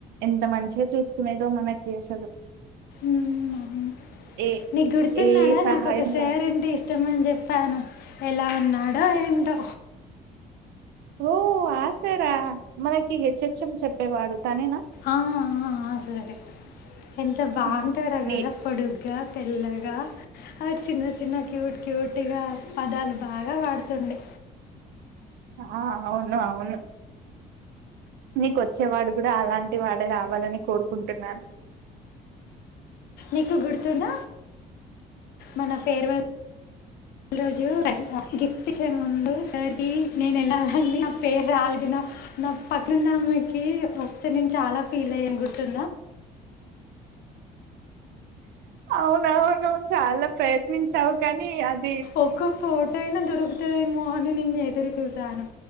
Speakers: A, on the right (about 75°); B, on the left (about 70°).
A: ఎంత మంచిగా చూసుకునేదో మనకి అసలు
B: ఉమ్ అవును
A: ఏ
B: నీ గుర్తున్నాడా
A: ఏ సహాయం
B: నాకు ఒక సార
A: కా
B: అంటే ఇష్ ఇష్టమని చెప్పాను ఎలా ఉన్నాడో ఏంటో
A: ఓ ఆశార మనకి హెచ్చెచ్ం చెప్పేవాడు తనేనా
B: ఆ ఆ సారే ఎంత బాగుంటాడా
A: ఉమ్.
B: కదా
A: నీ
B: పొడుగు తెల్లగా ఆ చిన్న చిన్న క్యూట్ క్యూట్గా పదాలు బాగా వాడుతుంది
A: ఆ అవును అవును నీకొచ్చేవాడు కూడా అలాంటి వాడే రావాలని కోరుకుంటున్నాను.
B: నీకు గుర్తుంద మన ఫేర్వల్ రోజు గిఫ్ట్ చే ముందు సరికి నేను ఎలాని నా పేరు ఆలగిన నా పక్కనున్నమ్మకి వస్తే నేను చాలా ఫీల్ అయ్యాను గుర్తున్నా
A: అవునవును చాలా ప్రయత్నించావు కానీ అది
B: ఒక్క ఫోటో అయినా దొరుకుతదేమో అని నేను ఎదురు చూసాను.